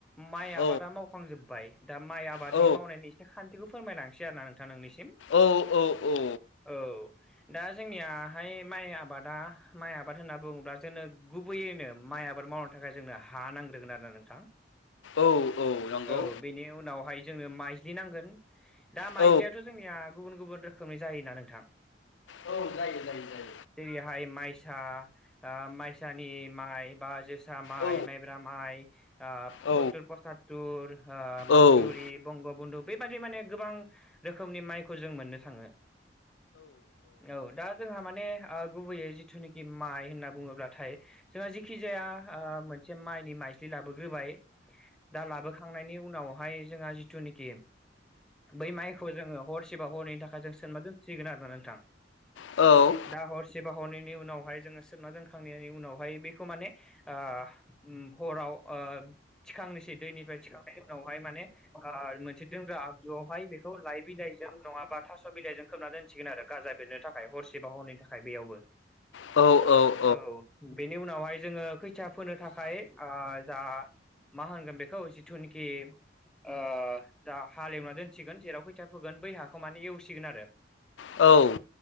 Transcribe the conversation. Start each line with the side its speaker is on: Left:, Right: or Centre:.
Centre: माइ
Left: औ
Centre: आबादा मावखांजोब्बाय दा माइ आबादनि
Left: औ
Centre: मावनायनि बे खान्थिखौ फोरमायलांसै आरो ना नोंथाङ नोंनिसिम?
Left: औ औ औ
Centre: औ दा जोंनियाहाय माइ आबादा माइ आबाद माइ आबाद होनना बुङोब्ला जोंनो गुबैयैनो माइ आबाद मावनो थाखाय जोंनो हा नांग्रोगोन आरोना नोंथां?
Left: औ औ नंगौ
Centre: औ बेनि उनावहाय जोंनो माइज्लि नांगोन दा माइज्लि
Left: औ
Centre: जोंनिया गुबुन गुबुन रोखोमनि जायोना नोंथां
Left: औ जायो जायो जायो
Centre: जेरैहाय माइ सा ओ माइसानि माइ बा जोसा माइ
Left: औ
Centre: माइब्रा माइ आ पकुततुर
Left: औ
Centre: पसातुतर आ मासुरि
Left: औ औ
Centre: बंग बन्दु बेबादि माने गोबां रोखोमनि माइखौ जों मोननो थाङो। औ दा जोंहा माने गुबैयै जिथुनिखि माइ होनना बुङोब्लाथाय जोंहा जिखि जाया ओ मोनसे माइनि माइज्लि लाबोग्रोबाय दा लाबोखां उनावहाय जोंहा जिथुनोखि बै माइखौ जोंडो हर एसेबा हरनैनि थाखाय जों सोमना दोनथ सिगोन आरो ना नोंथां।
Left: औ
Centre: दा हरसेबा हरनैनि उनावहाय जोंङो सोमना दोनखांनायनि उनावहाय बेखौ माने ओह ओम हराव ओ थिखांनोसै दैनिफ्राय थिखांनायनि उनावहाय माने ओ मोनसे दोनग्रा आगजुआवहाय बेखौ लाइ बिलाइजों नङाबा थास' बिलाइजों खोबना दोन। सोमसिगोन आरो गाजा बेरनो थाखाय हरसेबा हरनैनि थाखाय बेयावबो
Left: औ औ।
Centre: औ बेनि उनावहाय जोङो खैथिया फोनो थाखाय ओ जा मा होनगोन बेखौ जिथुनिखि ओ जा हालेवना दोनसिगोन जेराव खैथिया फोगोन बै हाखौ माने एवसिगोन आरो
Left: औ।